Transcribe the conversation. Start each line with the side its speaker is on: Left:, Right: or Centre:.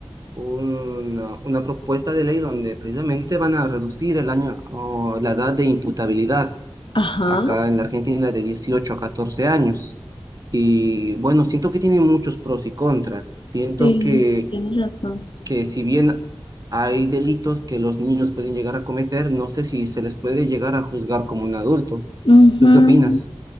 Right: una, una propuesta de ley donde precisamente van a reducir el año, o la edad de imputabilidad
Left: Ajá,
Right: acá en la Argentina de 18 a 14 años. Y bueno, siento que tiene muchos pros y contras. Siento
Left: sí,
Right: que,
Left: tienes razón.
Right: que si bien hay delitos que los niños pueden llegar a cometer, no sé si se les puede llegar a juzgar como un adulto.
Left: Ujú.
Right: ¿Tú qué opinas?